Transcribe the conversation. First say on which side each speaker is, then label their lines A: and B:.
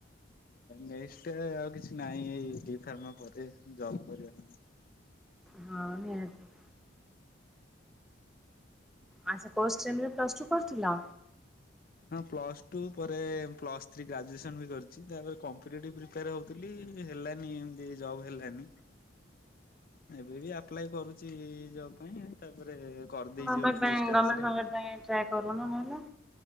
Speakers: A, on the left (about 45°); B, in the centre.
A: ନେଷ୍ଟ ଆଉ କିଛି ନାହିଁ ଏଇ ଡି ଫାର୍ମା ପରେ ଜବ୍ କରିବା।
B: ହଁ- ନିହାତି। ଆଛା କୋ ସେମି ରେ ପ୍ସସ୍ ଟୁ କରୁଥିଲା?
A: ହଁ ପ୍ଲସ ଟୁ ପରେ ପ୍ଲସ ଥ୍ରୀ ଗ୍ରାଜୁଏସନ ବି କରିଛି। ତାପରେ କମ୍ପିଟେଟିଭ ପ୍ରିପାର ପ୍ରିପାର ହଉଥିଲି ହେଲାନି ଏମତି ଜବ୍ ହେଲାନି। ଏବେ ବି ଆପ୍ଲାଏ କରୁଛି ଜବ ପାଇଁ ତାପରେ କରିଦେଇଛି
B: ଗମେଣ୍ଟ
A: ଗୋଟେ
B: ପାଇଁ
A: ଡିଷ୍ଟାନ୍ସ
B: ଗମେଣ୍ଟ
A: ରେ।
B: ଫମେଣ୍ଟ ପାଇଁ ଟ୍ରାଏ କରୁନ ନହେଲେ?